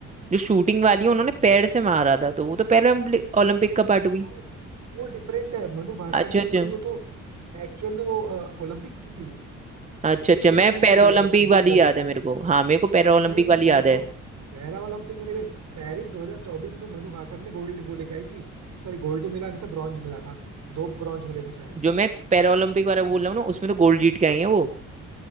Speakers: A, on the right; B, on the right.
A: जो शूटिंग वाली है उन्होंने पैर से मारा था तो वो तो पैरालंपिक ओलंपिक
B: नहीं
A: का
B: नहीं,
A: पार्ट
B: नहीं
A: हुई
B: वो वो डिफरेंट है मनु भाकर
A: अच्छा
B: ने
A: अच्छा
B: तो भाई वो तो एक्चुअल में वो ओलंपिक की थी
A: अच्छा
B: तो
A: अच्छा
B: फिर तुम्हें
A: मैं
B: नहीं
A: पैरालंपिक
B: आइडिया होगा तुम भूल
A: वाली
B: गए
A: याद है मेरे को हाँ मेरे को पैरालंपिक
B: नहीं नहीं
A: वाली
B: वो
A: याद है
B: तो पैरा ओलंपिक में नहीं भाई पेरिस 2024 में मनु भाकर ने गोल्ड वो लेके आई थी सॉरी गोल्ड तो मिला नहीं था ब्रॉन्ज मिला था दो ब्रॉन्ज मिले थे शायद
A: जो मैं पैरालंपिक वाला बोल रहा हूँ ना उसमें तो गोल्ड जीत के आई है वो